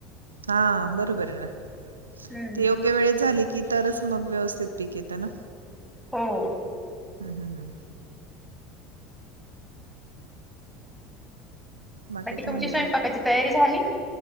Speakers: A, on the right; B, in the centre.
A: हा बरोबर आहे ना.
B: हम्म
A: ते योग्य वेळेत झाली की तरच मग व्यवस्थित पीक येतं ना.
B: हो.
A: हा हा हा. बाकी काय
B: तुमची
A: म्हणता?
B: स्वयंपाकाची तयारी झाली?